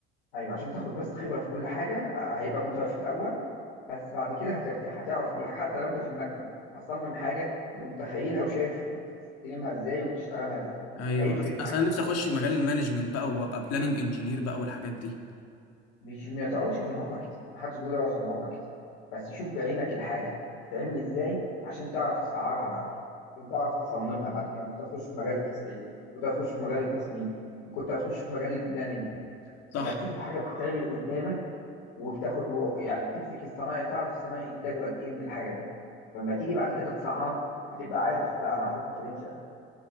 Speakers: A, on the left; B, on the left.
A: ايوه عشان تاخد بس خبره في كل حاجه آه، هيبقى متعب في الاول بس بعد كده هترتاح هتعرف كل حاجه حتى لو انت في المكتب هتصمم حاجه تبقى متخيلها وشايف بتستلمها ازاي وبتشتغلها ازاي
B: ايوه
A: هيفرق
B: أص-
A: معاك
B: اصل انا
A: كتير
B: نفسي اخش في مجال المانجمنت بقى وابقى بلاننج انجينير بقى والحاجات دي
A: مش ما تقعدش في الموقع كتير محدش بيقول يقعد في الموقع كتير بس شوف بعينك الحاجه بتتعمل ازاي عشان تعرف تسعرها بعد كده كنت تعرف تصممها بعد كده كنت هتخش في مجال التسعير كنت هتخش في مجال التصميم كنت هتخش في مجال البلاننج
B: صح
A: لما تشوف الحاجه بتتعمل قدامك وبتاخد و- يعني بتمسك الصنايعي تعرف الصنايعي انتاجه قد ايه من الحاجه دي فلما تيجي بعد كده تسعر هتبقى عارف لا انا هحط رينج